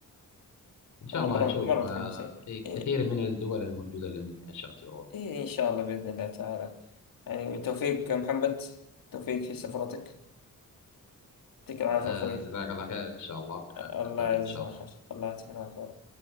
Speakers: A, on the left (about 60°); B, on the left (about 85°).
A: إن شاء
B: والله
A: الله
B: مرة
A: نشوف
B: مرة متحمس
A: آه،
B: إيه
A: في
B: إيه
A: كثير من الدول الموجودة اللي ممكن الشخص يروح
B: إيه، ان شاء الله باذن الله تعالى يعني بالتوفيق يا محمد توفيق في سفرتك يعطيك العافية
A: آه،
B: اخوي
A: جزاك الله خير إن شاء الله آه،
B: الله
A: نلتقي
B: يجزاك
A: إن شاء الله
B: خير الله يعطيك العافية